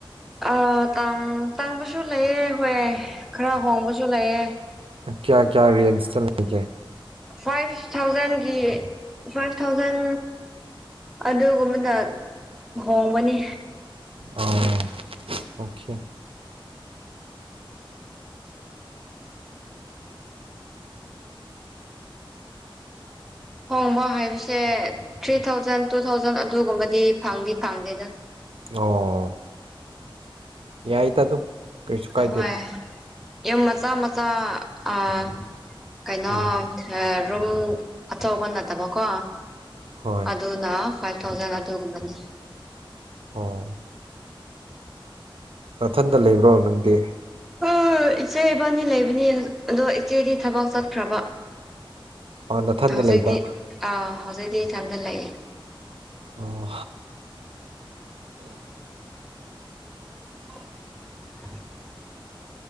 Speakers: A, in the centre; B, on the right.
A: ꯑ ꯇꯥꯡ ꯇꯥꯡꯕꯁꯨ ꯂꯩꯌ‌ꯦ ꯍꯣꯏ ꯈꯔ ꯍꯣꯡꯕꯁꯨ ꯂꯩꯌ‌ꯦ
B: ꯀꯌꯥ ꯀꯌꯥ ꯔꯦꯟꯖꯇꯥ ꯂꯩꯒꯦ
A: ꯐꯥꯏꯚ ꯊꯥꯎꯖꯟꯒꯤ ꯐꯥꯏꯚ ꯊꯥꯎꯖꯟ ꯑꯗꯨꯒꯨꯝꯕꯗ ꯍꯣꯡꯕꯅꯤ
B: ꯑꯣ ꯑꯣꯀꯦ
A: ꯍꯣꯡꯕ ꯍꯥꯏꯕꯁꯦ ꯊ꯭ꯔꯤ ꯊꯥꯎꯖꯟ ꯇꯨ ꯊꯥꯎꯖꯟ ꯑꯗꯨꯒꯨꯝꯕꯗꯤ ꯐꯪꯗꯤ ꯐꯪꯗꯦꯗ
B: ꯑꯣ ꯌꯥꯏꯗ ꯑꯗꯨꯝ ꯀꯩꯁꯨ ꯀꯥꯏꯗꯦꯗ
A: ꯍꯣꯏ ꯌꯨꯝ ꯃꯆꯥ ꯃꯆꯥ ꯑꯥ ꯀꯩꯅꯣ
B: ꯎꯝ
A: ꯑꯥ ꯔꯨꯝ ꯑꯆꯥꯎꯕ ꯅꯠꯇꯕ ꯀꯣ
B: ꯍꯣꯏ
A: ꯑꯗꯨꯅ ꯐꯥꯏꯚ ꯊꯥꯎꯖꯟ ꯑꯗꯨꯒꯨꯝꯕꯅꯤ
B: ꯑꯣ ꯅꯊꯟꯇ ꯂꯩꯕ꯭ꯔꯣ ꯅꯪꯗꯤ
A: ꯍ‌ꯣꯏ ꯏꯆꯦ ꯏꯕꯥꯟꯅꯤ ꯂꯩꯕꯅꯤ ꯑꯗꯣ ꯏꯆꯦꯗꯤ ꯊꯕꯛ ꯆꯠꯈ꯭ꯔꯕ
B: ꯑꯣ ꯅꯥꯊꯟꯗ
A: <unintelligible>
B: ꯂꯩꯕ
A: ꯑꯥ ꯍꯧꯖꯤꯛꯇꯤ ꯏꯊꯟꯗ ꯂꯩꯌꯦ
B: ꯑꯣ
A: <unintelligible>